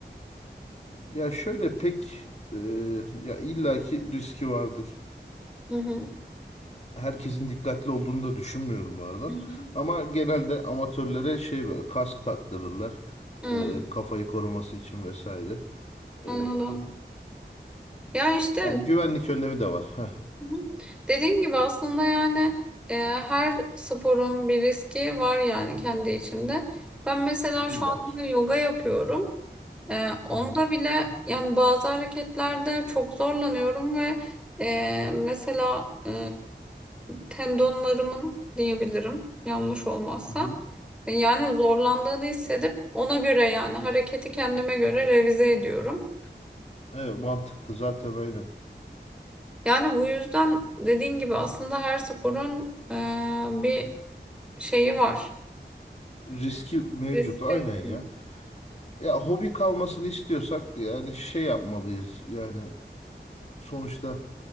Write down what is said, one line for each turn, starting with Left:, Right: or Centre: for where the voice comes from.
Left: Ya şöyle pek e, ya illaki riski vardır.
Centre: Hı hı.
Left: Herkesin dikkatli olduğunu da düşünmüyorum bu arada.
Centre: Hı hı.
Left: Ama genelde amatörlere şey böyle kask taktırırlar.
Centre: Hı,
Left: E, kafayı koruması için vesaire. E,
Centre: Anladım. Ya işte
Left: yani güvenlik önlemi de var. Heh,
Centre: hı hı. dediğin gibi aslında yani e, her sporun bir riski var yani kendi içinde. Ben mesela
Left: illaki.
Centre: şu anda yoga yapıyorum. Ee, onda
Left: Hı hı.
Centre: bile yani bazı hareketlerde çok zorlanıyorum ve e, mesela e, tendonlarımın diyebilirim yanlış olmazsa
Left: Hı hı.
Centre: E, yani zorlandığını hissedip ona göre yani hareketi kendime göre revize ediyorum.
Left: Evet, mantıklı zaten aynen.
Centre: Yani bu yüzden dediğin gibi aslında her sporun e, bir şeyi var.
Left: Riski mevcut
Centre: Riski
Left: aynen
Centre: var.
Left: ya. Ya hobi kalmasını istiyorsak yani şey yapmalıyız. Yani sonuçta